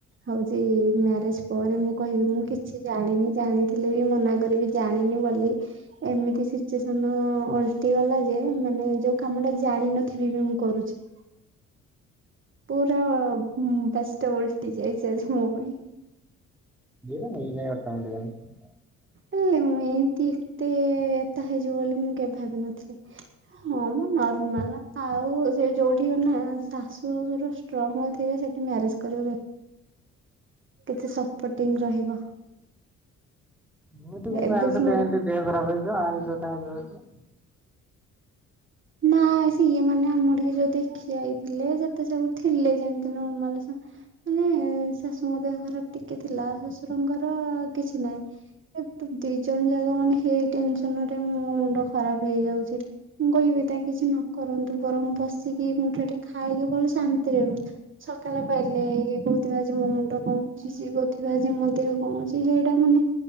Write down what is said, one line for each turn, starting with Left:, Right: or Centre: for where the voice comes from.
Right: ହଉଛି ମ୍ୟାରେଜ ପରେ ମୁଁ କହିବି ମୁଁ କିଛି ଜାଣିନି ଜାଣିଥିଲେ ବି ମନା କରିବି ଜାଣିନି ବୋଲି। ଏମିତି ସିଚୁଏସନ ଅଲଟିଗଲା ଯେ ମାନେ ଯୋଉ କାମ ଟା ଜାଣିିନଥିବି ବି ମୁଁ କରୁଛି ପୁର ବ ତ ଓଲଟି ଯାଇଛି ଆଜି ମୋ ପାଇଁ।
Centre: ଏଇ ନେଇ ଯ ଅୋଟାାମୋଟି
Right: ଏଲେ ମୁ ଏତି ମତେ ତା ହେଇଯିବ ବୋଲି ମୁଁ କେବେ ଭାବିନଥିଲି ହଁ ମୁଁ ନର୍ମାଲ ଆଉ ସେ ଯୋଉଠି ନା ଶାଶୁ ଘର ଷ୍ଟ୍ରଙ୍ଗ ଥିବ ସେଠି ମ୍ୟାରେଜ କର କିଛି ସପୋର୍ଟିଂ ରହିବ
Centre: ମୁଁତି କେମିତି
Right: ଏବେ ସେ
Centre: ଜାଣିଥାନ୍ତି
Right: ମତେ
Centre: ଦେହ ଖରପ ହଉଛି ଆଇଁସ ଖାଇଦଉଛୁ।
Right: ନାଆ ସିଏ ମାନେ ଆମ ଟିକେ ଯୋଉ ଦେଖି ଯାଇଥିଲେ ସେତେ ସବୁ ଥିଲେ ଯେମିତି ନର୍ମାଲ ମାନେ ଶାଶୁଙ୍କ ଦେହ ଖରାପ ଟିକେ ଥିଲା ଶାଶୁ ରଙ୍ଗର କିଛି ନାହିଁ ଦି ଜଣ ଯାାଗ ମାନେ ହେଇ ଟେନସନ ରେ ମୋ ମୁଣ୍ଡ ଖରାପ ହେଇଯାଉଛି ମୁଁ କହିବି। ତ କିଛି ନ କରନ୍ତୁ ବରଂ ବସିକି ମୁଠାଟେ ଖାଇକି ଭଲ ଶାନ୍ତିରେ ସକାଳେ ପାଇଲେ ଇଏ କହୁଥିବେ ଆଜି ମୋ ମୁଣ୍ଡ କଣ ହଉଛି ସିଏ କହୁଥିବା ଆଜି ମୋ ଦେହ କଣ ହଉଛି ସେଇଟା ମାନେ